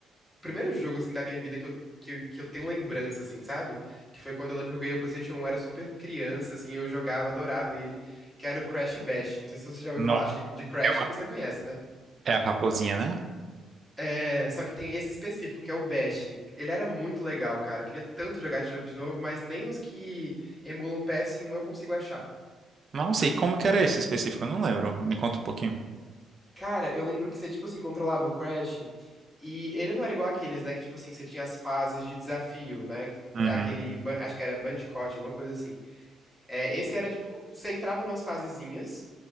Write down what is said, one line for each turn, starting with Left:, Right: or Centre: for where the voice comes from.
Centre: o primeiro jogo, assim, da minha vida que eu, que, eu- que eu tenho lembrança, assim, sabe? Que foi quando eu lembro que eu ganhei o PlayStation 1, eu era super criança, assim, eu jogava, adorava ele, que era o Crash Bash. Não sei se você já ouviu
Right: não.
Centre: falar, acho que de Crash
Right: É uma-
Centre: você conhece, né?
Right: é a raposinha, né?
Centre: É, só que tem esse específico, que é o Bash. Ele era muito legal, cara. Eu queria tanto jogar esse jogo de novo, mas nem nos que emulam PS1 eu consigo achar.
Right: Nossa, e como que era esse específico? Eu não lembro. Me conta um pouquinho.
Centre: Cara, eu lembro que você, tipo assim, controlava o Crash e ele não era igual aqueles, né? Que, tipo assim, você tinha as fases de desafio, né?
Right: Uhum.
Centre: Aquele, ban- acho que era Bandicoot, alguma coisa assim. É, esse era tipo, você entrava numas fasezinhas,